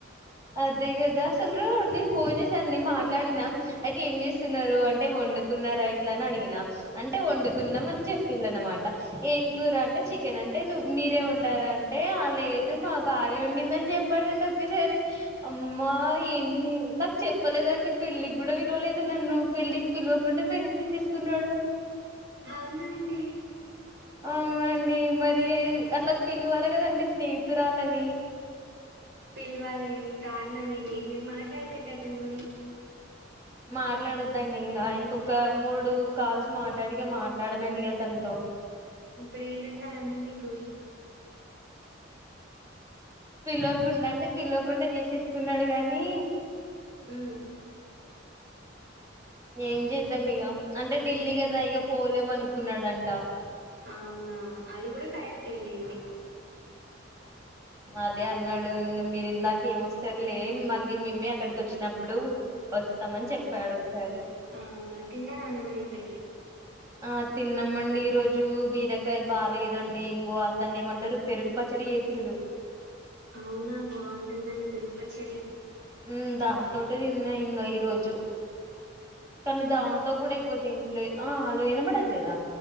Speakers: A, on the right; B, on the right.
A: అదే గదా అసలు నేను ఫోన్ చేసానండి మాట్లాడిన్నాం అయితే ఏం చేస్తున్నారు అంటే వండుకున్నారా ఇట్లా అని అడిగిన అంటే వండుకున్నాం
B: ఉమ్.
A: అని చెప్ ప్పిండు అనమాట ఏం కూర అంటే చికెన్ అంటే నువ మీరే వండార అంటే అ లేదు దు మా భార్య వండిందని చెప్పాడండి ఒకేసారి అమ్మా ఏంది నాకు చెప్పలేదండి పెళ్ళికి గూడ పిలువలేదు నన్ను పెళ్ళికి పిలువకుండా పెళ్లి చేసేసుకున్నాడు
B: అవునా అండి
A: అవునండి మరి అట్ల పిలువాలె గదండి స్నేహి తురాల్లని
B: పిలవాలి దారుణం ఇది మీరు మాట్లాడకండి అతని తోని
A: మాట్లాడొద్దండి ఇంగ ఇంకొక మూడు కాల్స్ మాట్లాడి ఇంగ మాట్లాడనండి ఇగ తనతో
B: బ్రెయిన్ ఉందా అండి మీకు
A: పిలవకుండ అంటే పిలవకుండ చేసేసుకున్నాడు గానీ
B: ఉ
A: ఏం చేద్దాం ఇగ అంటే ఢిల్లీ గదా ఇగ పోలేము అనుకున్నాడం ట
B: అవునా అది గూడ కరెక్టే లేండి
A: అదే అన్నాడు ఇంగ మీరు ఇందాక ఏమొస్తారు లే మళ్ళీ మేమె అక్కడికి వచ్చినప్పుడు వస్తామని చెప్పాడు ఒకసారి
B: అవునా తిన్నరా అండి మరి ఇంతకి
A: ఆ తిన్నామండి ఈ రోజు బీరకాయ బాలేదండి ఇంగో అ దాన్ని ఏమంటారు పెరుగు పచ్చడి చేసిండు
B: అవున బాగుంటుందండి పెరుగుపచ్చడి
A: ఉ దాంతోటే దిన్నా ఇంగ ఈ రోజు కానీ దాంతో కూడ ఎక్కువ తిన్లే ఆ లో ఇనబడట్లేద